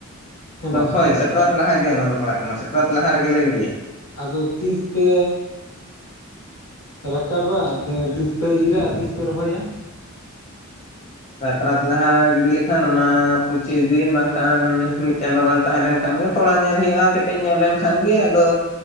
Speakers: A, on the left; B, on the left.
A: ᱦᱮᱸ ᱵᱟᱝ
B: ᱦᱳᱭ ᱥᱟᱠᱨᱟᱛ ᱞᱟᱦᱟᱜᱮ ᱚᱱᱟ ᱫᱚ ᱯᱟᱲᱟᱜ ᱠᱟᱱᱟ ᱥᱟᱠᱨᱟᱛ ᱞᱟᱦᱟ ᱨᱮᱜᱮ ᱞᱮ ᱜᱤᱰᱤᱭᱟ
A: ᱟᱫᱚ ᱛᱤᱥ ᱯᱮ ᱨᱟᱠᱟᱵᱟ ᱟᱫᱚ ᱛᱤᱥ ᱯᱮ ᱤᱨᱟ ᱛᱤᱥ ᱯᱮ ᱨᱚᱦᱚᱭᱟ?
B: ᱥᱟᱠᱨᱟᱛ ᱞᱟᱦᱟ ᱜᱤᱰᱤ ᱞᱮᱠᱷᱟᱱ ᱚᱱᱟ ᱯᱩᱸᱪᱤᱥ ᱫᱤᱱ ᱵᱟᱝ ᱠᱷᱟᱱ ᱢᱤᱫ ᱪᱟᱸᱫᱳ ᱜᱟᱱ, ᱛᱟᱦᱮᱸ ᱞᱮᱱᱠᱷᱟᱱ ᱜᱮ ᱛᱷᱚᱲᱟ ᱧᱮᱞ ᱦᱩᱭᱩᱜᱼᱟ, ᱠᱮᱴᱮᱡ ᱧᱚᱜ ᱞᱮᱱᱠᱷᱟᱱ ᱜᱮ ᱟᱫᱚᱼᱼᱼ